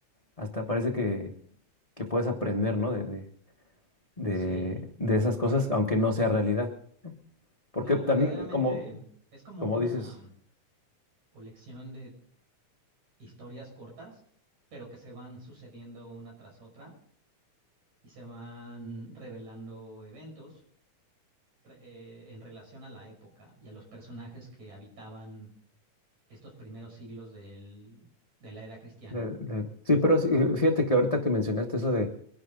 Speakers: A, on the left; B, on the right.
A: Hasta parece que, que puedes aprender, ¿no? De, de, de,
B: sí.
A: de esas cosas, aunque no sea realidad. Porque
B: No,
A: también,
B: verdaderamente
A: como,
B: es como
A: como
B: una
A: dices,
B: colección de historias cortas, pero que se van sucediendo una tras otra y se van revelando eventos re- eh, en relación a la época y a los personajes que habitaban estos primeros siglos del- de la era cristiana.
A: de- de- sí, pero sí, eh, fíjate que ahorita que mencionaste eso de,